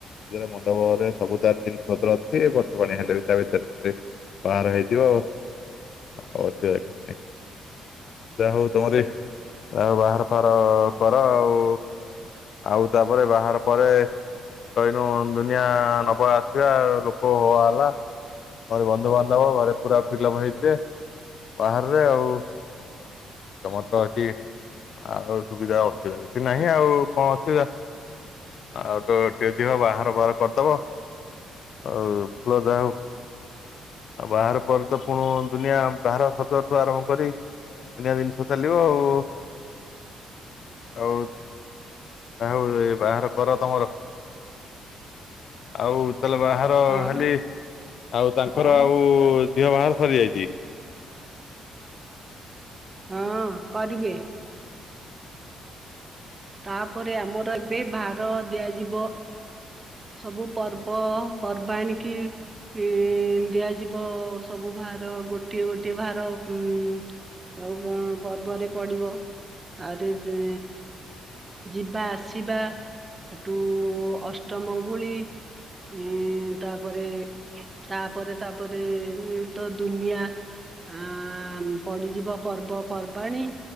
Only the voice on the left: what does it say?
ମଣ୍ଡପଳରେ ସବୁ ତାର ଜିନିଷ ପତ୍ର ଅଛି ବର୍ଷ ପାଣି ହେଲେ ବି ତା ଭିତରେ ବାହାଘର ହେଇଯିବ ଆଉ ଅସୁବିଧା କିଛି ନାଇଁ ଯାହା ହଉ ତମରି ଯାହା ହଉ ବାହାଘର ଫାଘର କର ଆଉ ଆଉ ତାପରେ ବାହାର ପରେ କଇନୁ ଦୁନିଆ ନବଳ ଆସିବା ଆଉ ଲୋକ ହେଅ ହାଲା ଘରେ ବନ୍ଧୁବାନ୍ଧବ ଘରେ ପୁରା ଫିଲଅପ୍ ହେଇଥିବେ ବାହଘରେ ଆଉ ତମର ତ ସେଠି ଆଉ ସୁବିଧା ଅସୁବିଧା କିଛି ନାହିଁ ଆଉ କଣ ଅସୁବିଧା ଆଉ ତୋ ଦିଅର ବାହାଘର ଫାଘହାର କରିଦବ ଆଉ ପୁଅ ଯାହା ହଉ ଆଉ ବାହାଘର ପରେ ତ ପୁଣି ଦୁନିଆ ବାହାଘର ସଜଠୁ ଆରମ୍ଭ କରି ଦନିଆ ଜିନିଷ ଚାଲିବ ଆଉ ଆଉ ଯାହଉ ଏ ବାହାଘର ପରେ ତମର ଆଉ ତାହେଲେ ବାହାଘର
ଖାଲି ଆଉ ତାଙ୍କର ଆଉ ଝିଅ ବାହାଘର ସରି ଯାଇଛି